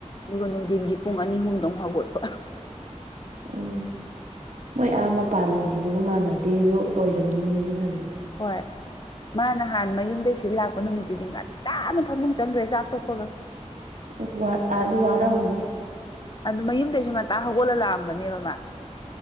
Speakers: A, on the left; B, on the right.
A: ꯑꯗꯨꯒ ꯅꯨꯡꯗꯤꯟꯒꯤ ꯄꯨꯡ ꯑꯅꯤ ꯑꯍꯨꯝꯗꯃꯨꯛ ꯍꯧꯒꯠ <unintelligible>
B: ꯎꯝ ꯃꯣꯏ ꯑꯥ ꯃꯄꯥꯥꯟꯂꯝꯒꯤꯗꯨꯒ ꯃꯥꯟꯅꯗꯦꯗꯨ ꯑꯣꯏꯔꯝꯅꯤꯌꯦ ꯑꯗꯨꯅꯅꯦ
A: ꯍꯣꯏ ꯃꯥ ꯅꯍꯥꯟ ꯃꯌꯨꯝꯗꯩ ꯁꯤ ꯂꯥꯛꯄ ꯅꯨꯃꯤꯠꯇꯨꯗꯤ ꯉꯟꯇꯥꯅ ꯐꯃꯨꯡ ꯆꯪꯒꯔꯦ ꯆꯥꯛ ꯇꯣꯛꯄꯒ <unintelligible>
B: ꯑꯣ <unintelligible> ꯋꯥ ꯑ <unintelligible> ꯑꯗꯨ ꯋꯥꯔꯝꯃꯅꯤ
A: ꯑꯗꯨ ꯃꯌꯨꯝꯗꯩꯁꯨ ꯉꯟꯇꯥ ꯍꯧꯒꯠꯂ ꯂꯥꯛꯑꯝꯒꯅꯤꯕ ꯃꯥ